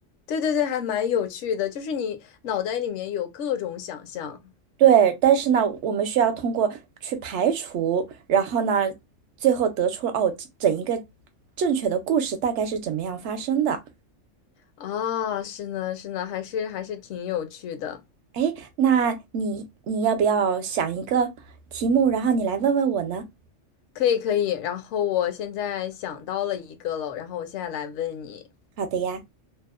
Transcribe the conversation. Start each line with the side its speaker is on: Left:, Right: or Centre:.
Left: 对对对，还蛮有趣的，就是你脑袋里面有各种想象
Right: 对，但是呢，我们需要通过去排除，然后呢，最后得出哦，整一个正确的故事大概是怎么样发生的。
Left: 啊，是呢是呢，还是还是挺有趣的，
Right: 哎，那你你要不要想一个题目，然后你来问问我呢？
Left: 可以可以。然后我现在想到了一个了，然后我现在来问你。
Right: 好的呀，